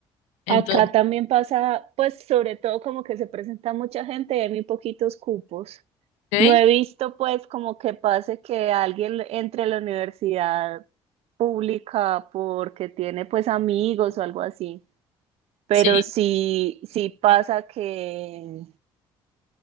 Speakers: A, on the left; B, on the right.
A: Entonces,
B: Acá también pasa, pues sobre todo como que se presenta mucha gente y hay muy poquitos cupos.
A: ¿ok?
B: No he visto pues como que pase que alguien entre a la universidad pública porque tiene pues amigos o algo así, pero
A: Sí,
B: sí, sí pasa que,